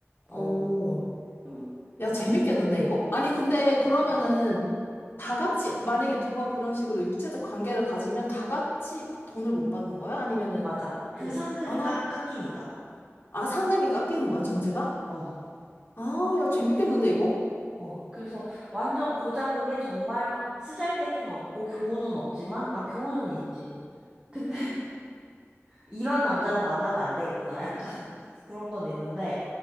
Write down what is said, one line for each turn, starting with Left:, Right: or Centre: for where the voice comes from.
Left: 어.
Right: 어, 좀,
Left: 야, 재밌겠는데, 이거? 아니, 근데 그러면은
Right: 음,
Left: 다 같이, 그 만약에 누가 그런 식으로 육체적 관계를 가지면 다 같이 돈을 못 받는 거야? 아니면은,
Right: 맞아. 그
Left: 어.
Right: 상금이
Left: 아,
Right: 깎, 깎이니까.
Left: 아, 상금이 깎이는 거야, 전체가?
Right: 어.
Left: 아, 야, 재밌겠는데, 이거?
Right: 어, 그래서 완전 고자극에 정말 쓰잘데기는 없고 교훈은 없지만, 아, 교훈은 있지. 근데 이런 남자는 만나면 안 되겠구나. 약간 <laughs> 그런 건 있는데,